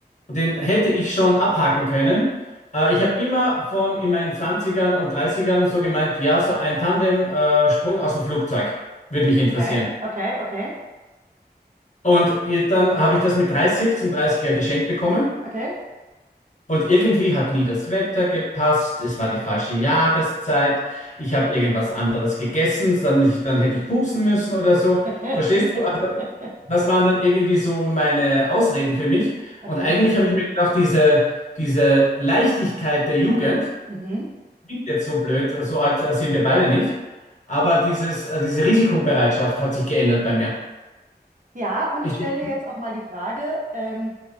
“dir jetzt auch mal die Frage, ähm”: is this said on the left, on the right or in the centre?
Right